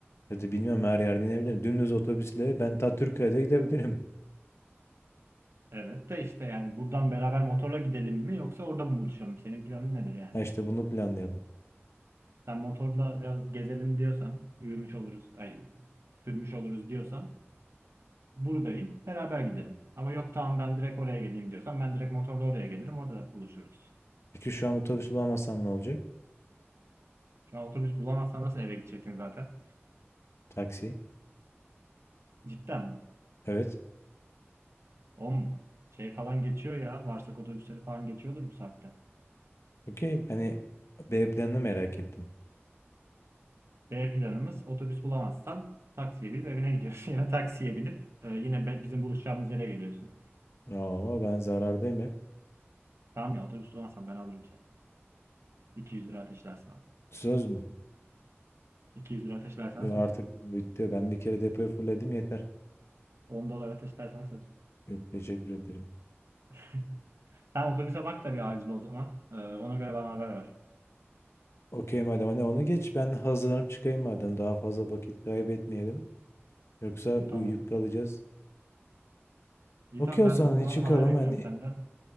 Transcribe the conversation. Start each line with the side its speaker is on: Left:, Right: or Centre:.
Left: Ya da bilmiyorum her yerde inebilirim. Dümdüz otobüsle ben ta Türkiye'de gidebilirim.
Right: Evet de işte yani buradan beraber motorla gidelim mi yoksa orada mı buluşalım? Senin planın nedir
Left: <laughs>
Right: yani?
Left: Ha işte bunu planlayalım.
Right: Sen motorla biraz gezelim diyorsan, yürümüş oluruz, ay sürmüş oluruz diyorsan buradayım. Beraber gidelim. Ama yok tamam ben direkt oraya geleyim diyorsan ben direkt motorla oraya gelirim. Orada buluşuruz.
Left: Peki şu an otobüs bulamazsam ne olacak?
Right: Şu an otobüs bulamazsan nasıl eve gidecektin zaten?
Left: Taksi.
Right: Cidden.
Left: Evet.
Right: Om şey falan geçiyor ya. Varsak otobüsleri falan geçiyordur bu saatte.
Left: Okey. Hani B planını merak ettim.
Right: B planımız otobüs bulamazsan taksiye binip evine gidiyorsun. <laughs> Ya da taksiye binip e, yine be- bizim buluşacağımız yere geliyorsun.
Left: Aa ben zarardayım hep.
Right: Tamam ya otobüs bulamazsan ben alırım seni. 200 lira ateşlersin abi.
Left: Söz mü?
Right: 200 lira ateşlersen
Left: Yo,
Right: söz.
Left: artık bitti. Ben bir kere depoyu fulledim yeter.
Right: 10 dolar ateşlersen söz.
Left: Yok teşekkür ederim.
Right: <laughs> Sen otobüse bak da bir acil o zaman. Ee, ona göre bana haber ver.
Left: Okey madem hani onu geç ben hazırlanıp çıkayım madem daha fazla vakit kaybetmeyelim. Yoksa
Right: Tamam.
Left: uyuyup kalacağız.
Right: İyi
Left: Okey
Right: tamam
Left: o zaman
Right: ben
Left: hani
Right: o zaman
Left: çıkalım
Right: haber bekliyorum
Left: hani
Right: senden.